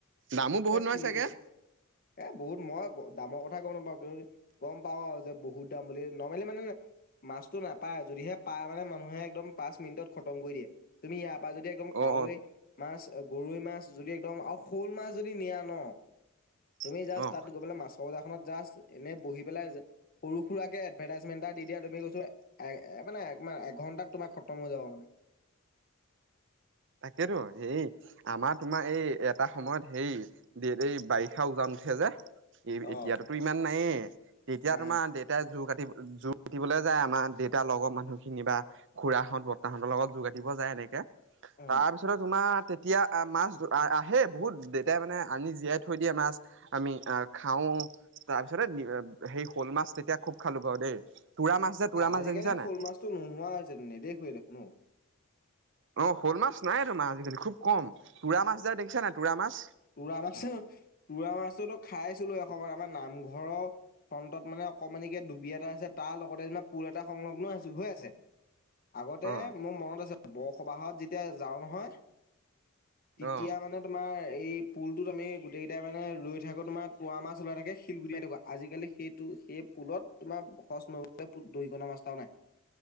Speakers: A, on the right; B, on the left.
A: দামো বহুত নহয়
B: কিনি
A: চাগে?
B: খাইছিলো এ বহুত মই দামৰ কথা গ'ম নাপাওঁ। কিন্তু গ'ম পাওঁ আৰু যে বহুত দাম বুলি নৰ্মেলি মানে মাছতটো নাপায়, যদিহে পায় মানে মানুহে একদম পাচ মিনিতত খতম কৰি দিয়ে, তুমি ইয়াৰ পৰা যদি
A: অ',
B: কাৱৈ মাছ গৰৈ মাছ যদি একদম আৰু শ'ল মাছ যদি নিয়া ন তুমি
A: অ',
B: জাচ
A: অ'।
B: তাত গ'লে মাছ খবজাখনত জাষ্ট এনেই বহি পেলাই সৰু সুৰাকে এডভাৰটাইজমেন্ট এটা দি দিয়া, তুমি কৈছোঁ এ মানে এঘণ্টাত তোমাৰ সত্য। কম হৈ যাব মানে।
A: তাকেতো সেই আমাৰ তোমাৰ এই এটা সময়ত হেৰি দে এই বাৰিষা উজান উঠে যে এই
B: অ
A: এতিয়াতোতো ইমান নায়ে তেতিয়া
B: নাই
A: তোমাৰ দেউতাই জোৰ কাটি যোৰ কাতিবলে যায়। আমাৰ দেউতাৰ লগৰ মানুহখিনি, বা খুৰাহঁত বৰ্তাহঁতৰ লগ যোৰ কাতিব যায় এনেকে।
B: অ
A: তাৰপিছতে তোমাৰ তেতিয়া মাছ আহেই বহুত দেউতাই মানে আনি জীয়াই থৈ দিয়ে মাছ। আমি অ', খাও তাৰ পিছতে সেই শ'ল মাছ তেতিয়া খুব খালো বাৰু দেই। তোৰা মাছ যে, তোৰা
B: আজিকালি
A: মাছ দেখিছা
B: শ'ল
A: নাই?
B: মাছটো নোহোৱা হৈ যেন নেদেখুৱে দেখুনো ঔ,
A: অ', শ'ল মাছ নাই তোমা আজিকালি খুব কম তুৰা মাছ যে দেখিছা নাই তুৰা মাছ?
B: তোৰা মাছ তোৰা মাছতো খাইছিলো এখময়ত আমাৰ নামঘৰৰ ফ্ৰণ্টত মানে অকমানিকে ডুবি এটা আছে তাৰ লগতে যে পুল এটা সংলগ্ন আছো হৈ আছে। আগতে
A: অ
B: মোৰ মনত আছে বৰসবাহত যেতিয়া যাওঁ নহয়। তেতিয়া
A: অ
B: মানে তোমাৰ এই পুলতোত আমি গোটেই কেইাই মানে ৰৈ থাকো তোমাৰ তৱা মাছ ওলাই থাকে শিল গুতি মাৰি থাকো। আজিকালি সেইটো সেই পুলত তোমাৰ সচ নলে দৰিকণা মাছটাও নাই।